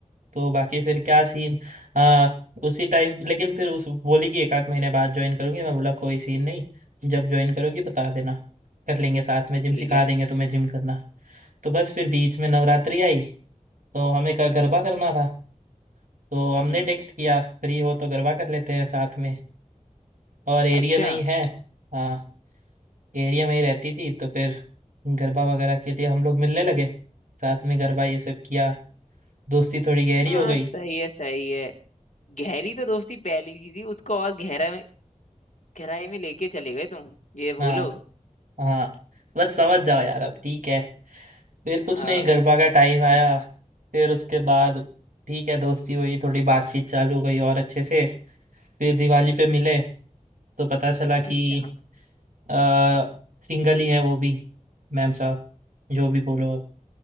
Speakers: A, on the right (about 85°); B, on the left (about 65°).
A: तो बाकी फिर क्या सीन आ, उसी टाइम लेकिन फिर उस बोली कि एक आध महीने बाद ज्वाइन करूंगी मैं बोला कोई सीन नहीं जब ज्वाइन करोगी बता देना कर लेंगे साथ में जिम
B: ठीक
A: सिखा
B: है
A: देंगे तुम्हें जिम करना तो बस फिर बीच में नवरात्रि आई तो हमें का गरबा करना था तो हमने
B: हम्म
A: टेक्स्ट किया फ्री हो तो गरबा कर लेते हैं साथ में और एरिया
B: अच्छा
A: में ही है हाँ एरिया में ही रहती थी तो फिर गरबा वगैरह के लिए हम लोग मिलने लगे साथ में गरबा ये सब किया दोस्ती थोड़ी गहरी
B: हाँ
A: हो गई
B: सही है सही है गहरी तो दोस्ती पहली सी थी उसको और गहरा में- गहराई में लेके चले गए तुम ये बोलो
A: हाँ हाँ बस समझ जाओ यार अब ठीक है फिर कुछ
B: आ,
A: नहीं गरबा का टाइम आया फिर उसके बाद ठीक है दोस्ती हुई थोड़ी बातचीत चालू हो गई और अच्छे से फिर दिवाली पे मिले तो पता चला कि
B: अच्छा
A: आ, सिंगल ही है वो भी मैम साहब जो भी बोलो आप